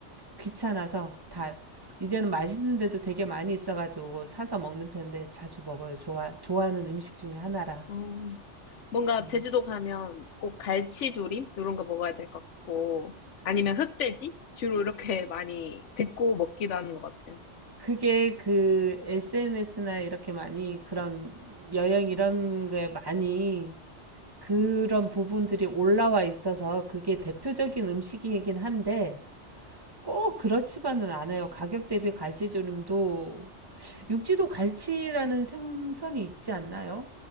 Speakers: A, on the right; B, on the left.
A: 귀찮아서 다 이제는 맛있는 데도 되게 많이 있어가지고 사서 먹는 편인데 자주 먹어요. 좋아 좋아하는 음식 중에 하나라.
B: 어, 뭔가
A: 음.
B: 제주도 가면 꼭 갈치조림? 이런 거 먹어야 될 것 같고, 아니면 흑돼지? 주로 이렇게 많이 듣고 먹기도 하는 것 같아요.
A: 그게 그 SNS나 이렇게 많이 그런 여행 이런 거에 많이 그런 부분들이 올라와 있어서 그게 대표적인 음식이긴 한데 꼭 그렇지만은 않아요. 가격 대비 갈치조림도 육지도 갈치라는 생선이 있지 않나요?